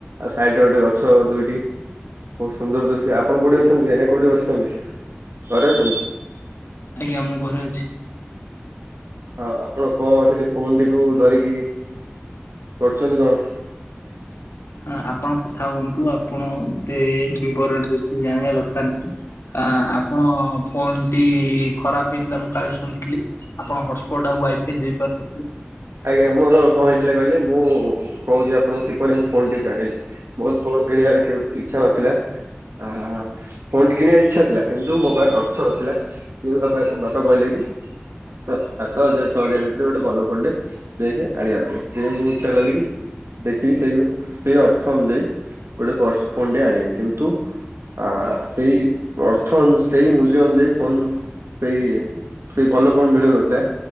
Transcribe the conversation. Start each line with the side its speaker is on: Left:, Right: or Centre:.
Right: ଆଉ ସାଇଟ ରେ ଗୋଟେ ଗଛ ଦୁଇଟି ବୋହୁତ ସୁନ୍ଦର ଦୃଶ୍ୟ ଆପ ଆପଣ କଉଠି ଅଛନ୍ତି ଯେନେ କଉଠି ବସିଛନ୍ତି ଘରେ ଅଛନ୍ତି।
Left: ଆଜ୍ଞା ମୁଁ ଘରେ ଅଛି।
Right: ହଁ ଆପଣ କଣ ସେଠି ଫୋନଟିକୁ ଧରିକି କରୁଛନ୍ତି କଣ?
Left: ହଁ ଆପଣ କଥା ହୁଅନ୍ତୁ ଆପଣ ଏତେ ବିବରଣ କିଛି ଜାଣିବା ଦରକାର ନାହିଁ। ହା ଆପଣ ଫୋନ ଟି ଖରାପ ହେଇଥିଲା ମୁଁ କାଳେ ଶୁଣିଥିଲି। ଆପଣ ହଟସ୍ପଟ ଆଉ ୱାଇଫାଇ ଦେଇପାରୁିନଥିଲେ।
Right: ଆଜ୍ଞା ମୋର କଣ ହେଇଥିଲେ କହିଲେ ମୁଁ କହୁଛି। ଆପଣ କିପରି ମୁଁ ଫୋନ୍ ଟିକୁ ଆଣିଲି। ମୋର ଫୋନ୍ କିଣିବାର କେବେ ଇଚ୍ଛା ନଥିଲା। ଆ ଫୋନ ଟି କିଣିବା ଇଚ୍ଛା ଥିଲା। କିନ୍ତୁ ମୋ ପାଖରେ ଅର୍ଥ ନଥିଲା କିନ୍ତୁ ବାପା ବାପା କହିଲେ କି ତ ସାତ ହଜାର ଛଅ ହଜାର ଭିତରେ ଗୋଟେ ଭଲ ଫୋନଟେ ଦେଖେ ଆଣିବା ପାଇଁ ଯେ ମୁଁ ଇଚ୍ଛା କଲି କି ଦେଖିକି ସେଇ ସେଇ ଅର୍ଥ ଅନୁଯାୟୀ ଗୋଟେ ପର୍ସ ଫୋନ ଆଣିବି। କିନ୍ତୁ ଆ ସେଇ ଅର୍ଥ ସେଇ ମୂଲ୍ୟ ଅନୁଯାୟୀ ଫୋନ ସେଇ ସେଇ ଭଲ ଫୋନ ମିଳୁନଥିଲା।